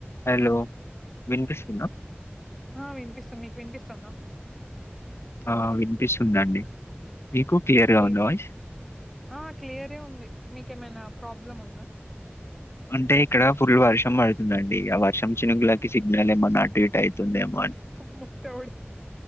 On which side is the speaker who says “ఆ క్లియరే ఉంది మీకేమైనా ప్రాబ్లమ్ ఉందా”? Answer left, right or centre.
Centre